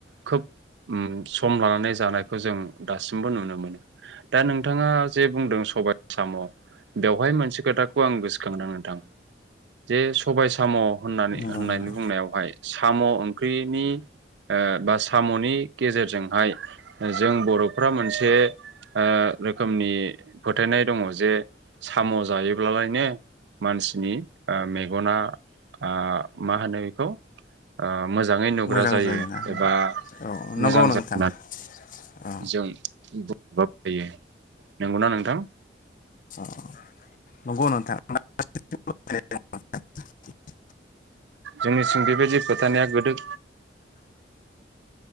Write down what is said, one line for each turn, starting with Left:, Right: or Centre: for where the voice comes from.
Right: खोब ओम सम लानानै जानायखौ जों दासिमबो नुनो मोनो दा नोंथाङा जे बुंदों सबाय आसाम बेवहाय मोनसे खोथाखौ आं गोसोखांनदों नोंथां जे सबाय साम' होननानै
Left: नंगौ
Right: होननायनि
Left: नोंथां
Right: बुंनायावहाय साम' ओं ख्रिनि ओ बा साम'नि गेजेरजोंहाय ओ जों बर'फ्रा मोनसे ओ रोखोमनि फोथायनाय दङ जे साम' जायोब्लालायनो मानसिनि ओ मेग गनना ओ मा होनो बेखौ ओ मोजाङै नुग्रा
Left: मोजां
Right: जायो
Left: जायोना
Right: एबा
Left: औ
Right: मोजां
Left: नंगौ नोंथां
Right: जायो होननानै
Left: औ
Right: जों बुं थायो। नंगौना नोंथां
Left: औ नंगौ नोंथां <unintelligible>
Right: जोंनिसिम बेबायदि फोथनाया गोदो